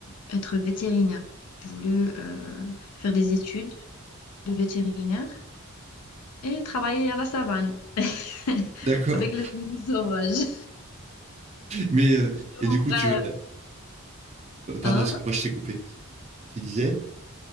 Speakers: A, on the left; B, on the right.
A: être vétérinaire. J'ai voulu euh, faire des études de vétérinaire et travailler à la savane <laughs>
B: d'accord.
A: avec les animaux sauvages.
B: Mais
A: <laughs>
B: euh,
A: C'est
B: et
A: mon
B: du coup,
A: rêve,
B: tu vas. euh, Pardon,
A: hein?
B: excuse-moi, je t'ai coupé. tu disais?